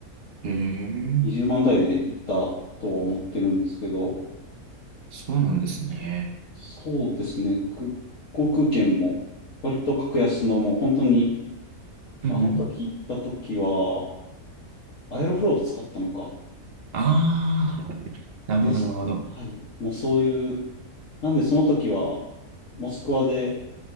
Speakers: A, on the right; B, on the left.
A: へえ、
B: 20万台でいったとは思ってるんですけど、
A: そうなんですね。
B: そうですね、く航空券も割と格安のもう本当に、
A: うんうん。
B: あの時行った時は、アエロフロート使ったのか。
A: ああ、なるほど、
B: です。
A: なるほど。
B: はい。もうそういう、なんでその時は、モスクワで